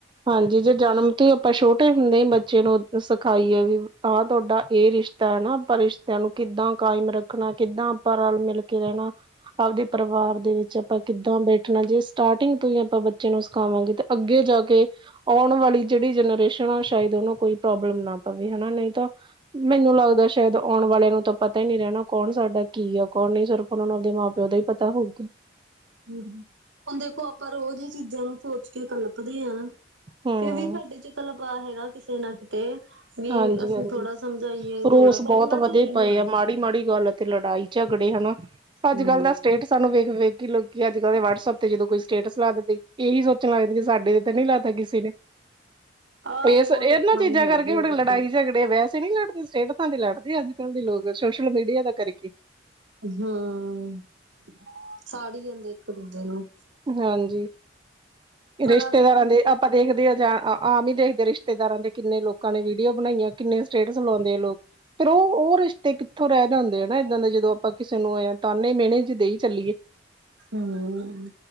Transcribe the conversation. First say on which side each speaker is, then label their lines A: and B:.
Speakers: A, on the right; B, on the right.
A: ਹਾਂਜੀ, ਜੇ ਜਨਮ ਤੋਂ ਹੀ ਆਪਾਂ, ਛੋਟੇ ਹੁੰਦੇ ਹੀ ਬੱਚੇ ਨੂੰ ਸਿਖਾਈਏ ਵੀ- ਆਹ ਤੁਹਾਡਾ ਇਹ ਰਿਸ਼ਤਾ ਹੈ, ਨਾ ਆਪਾਂ ਰਿਸ਼ਤਿਆਂ ਨੂੰ ਕਿੱਦਾਂ ਕਾਇਮ ਰੱਖਣਾ, ਕਿੱਦਾਂ ਆਪਾਂ ਰਲ ਮਿਲ ਰਹਿਣਾ। ਆਪਦੇ ਪਰਿਵਾਰ ਦੇ ਵਿੱਚ ਆਪਾਂ ਕਿੱਦਾਂ ਬੈਠਣਾ, ਜੇ ਸਟਾਰਟਿੰਗ ਤੋਂ ਹੀ ਆਪਾਂ ਬੱਚੇ ਨੂੰ ਸਿਖਾਵਾਂਗੇ ਤੇ, ਅੱਗੇ ਜਾ ਕੇ ਆਉਣ ਵਾਲੀ ਜਿਹੜੀ ਜਨਰੇਸ਼ਨ ਆ ਸ਼ਾਇਦ, ਉਹਨੂੰ ਕੋਈ ਪ੍ਰੋਬਲਮ ਨਾ ਪਵੇ, ਹਨਾ। ਨਹੀਂ ਤਾਂ ਮੈਨੂੰ ਲੱਗਦਾ ਸ਼ਾਇਦ, ਆਉਣ ਵਾਲੇ ਨੂੰ ਤਾਂ ਪਤਾ ਹੀ ਨਹੀ ਰਹਿਣਾ, ਕੌਣ ਸਾਡਾ ਕੀ ਆ, ਕੌਣ ਨਹੀਂ, ਸਿਰਫ ਹੁਣ, ਉਹਨਾਂ ਦੇ ਮਾਂ ਪਿਓ ਦਾ ਹੀ ਪਤਾ ਹੋਊਗਾ।
B: ਹਮ ਹੁਣ ਦੇਖੋ, ਆਪਾਂ ਰੋਜ਼ ਹੀ ਚੀਜ਼ਾਂ ਨੂੰ ਸੋਚ ਕੇ ਕਲਪਦੇ ਆ।
A: ਹੂੰ,
B: ਫੇ ਵੀ ਸਾਡੇ 'ਚ, ਲਗਾਵ ਹੈਗਾ ਕਿਸੇ ਨਾ ਕਿਤੇ। ਵੀ
A: ਹਾਂਜੀ
B: ਅਸੀਂ
A: ਹਾਂਜੀ,
B: ਥੋੜਾ ਸਮਝਾਈਏ
A: ਰੋਸ
B: ਥੋੜਾ ਪਰ
A: ਬਹੁਤ
B: ਉਹਨਾਂ ਚ
A: ਵਧੇ
B: ਨਹੀਂ
A: ਪਏ
B: ਹੋਣਾ
A: ਆ, ਮਾੜੀ-ਮਾੜੀ ਗੱਲ ਤੇ ਲੜਾਈ ਝਗੜੇ ਹਨਾ। ਅੱਜ
B: ਹਮ
A: ਕਲ ਦਾ ਸਟੇਟਸਾ, ਸਾਨੂੰ ਵੇਖ-ਵੇਖ ਕੇ ਲੋਕੀ ਅੱਜ ਕਲ ਦੇ, ਵਟਸਅਪ ਤੇ ਜਦੋਂ ਸਟੇਟਸ ਲਾ ਦਿੱਤੀ, ਇਹੀ ਸੋਚਣ ਲੱਗਦੇ, ਕਿ ਸਾਡੇ ਤੇ ਤਾਂ ਨ ਨਹੀਂ ਲਾਤਾ ਕਿਸੇ ਨੇ।
B: ਆਹ
A: ਇਸ,
B: ਬਹੁਤ
A: ਇਹ
B: ਲੋਕਾਂ
A: ਨਾ ਚੀਜ਼ਾਂ
B: ਨੂੰ ਹੈਗੀ
A: ਕਰਕੇ
B: ਆ ਦਿੱਕਤ
A: ਲੜਾਈ ਝਗੜੇ ਵੈਸੇ ਨੀ ਲੜਦੇ ਅੱਜ ਕੱਲ ਦੇ ਲੋਕ, ਸਟੇਟਸਾਂ ਦੀ ਲੜਦੇ ਅੱਜ ਕੱਲ੍ਹ ਦੇ ਲੋਕ, ਸੋਸ਼ਲ ਮੀਡੀਆ ਦਾ ਕਰਕੇ।
B: ਹਮ, ਸਾੜੀ ਜਾਂਦੇ ਇੱਕ ਦੂਜੇ ਨੂੰ।
A: ਹਾਂਜੀ,
B: ਪਤਾ
A: ਰਿਸ਼ਤੇਦਾਰਾਂ
B: ਵੀ
A: ਦੇ ਆਪਾਂ ਦੇਖਦੇ ਹ, ਜਾਂ ਆਮ ਹੀ ਦੇਖਦੇ ਰਿਸ਼ਤੇਦਾਰ ਰਿਸ਼ਤੇਦਾਰਾਂ ਦੇ ਕਿੰਨੇ ਲੋਕਾਂ ਨੇ ਵੀਡੀਓ ਬਣਾਈਆਂ, ਕਿੰਨੇ ਸਟੇਟਸ ਲੋਂਦੇ ਆ ਲੋਕ, ਪਰ ਓ ਰਿਸ਼ਤੇ ਕਿੱਥੋਂ ਰੈ ਜਾਂਦੇ ਆ ਨਾ, ਐਦਾਂ ਦੇ ਜਦੋਂ ਆਪਾਂ ਕਿਸੇ ਨੂੰ, ਐ ਤਾਂਨੇ ਮੇਣੇ ਜੇ ਦੇਈ ਚੱਲੀਏ।
B: ਹੂੰ,